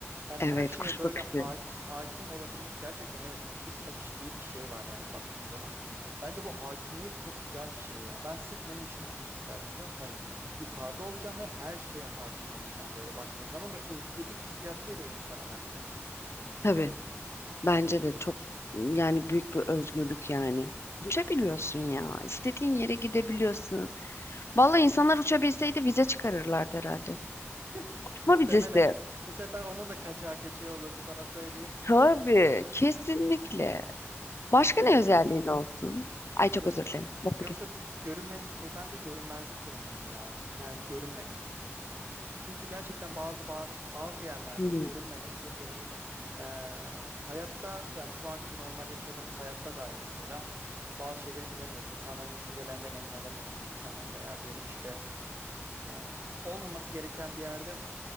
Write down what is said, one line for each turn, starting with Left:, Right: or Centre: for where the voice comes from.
Right: Yani
Left: Evet,
Right: her şeye
Left: kuş
Right: böyle
Left: bakışı.
Right: haki, hakim olabilmek gerçekten evet bak kuş bakışı diye bir şey var yani baktığın zaman. Bence bu hakimiyet çok güzel bir şey ya. Ben sırf bunun için uçmak isterdim biliyor musun? Hani yukarıda olacağım ve her şeye hakim olacağım böyle baktığın zaman ve özgürlük hissiyatı veriyor insana bence.
Left: Tabii. Bence de çok yani büyük bir özgürlük yani. Uçabiliyorsun ya. İstediğin yere gidebiliyorsun. Vallahi insanlar uçabilseydi vize çıkarırlardı herhalde.
Right: <laughs>
Left: Uçma
Right: Muhtemelen
Left: vizesi.
Right: bu sefer onun da kaçağı köçeği olurdu sana söyleyeyim.
Left: Tabii. Kesinlikle.
Right: <laughs>
Left: Başka
Right: Ülkelerin
Left: ne özelliğin olsun? Ay çok
Right: gö-
Left: özür dilerim. Lafı
Right: yok
Left: kestim.
Right: yok görünmez bence görünmezlik de önemli ya. Yani görünmemek. Çünkü gerçekten bazı bazı, bazı yerlerde
Left: Hı.
Right: görünmemek çok önemli. Ee, hayatta yani şu anki normal yaşadığımız hayatta dahi mesela bazı şeyleri bilemiyoruz. İnsanların düşüncelerinden emin olamıyoruz hiçbir zaman veya diyelim işte e, olmaması gereken bir yerde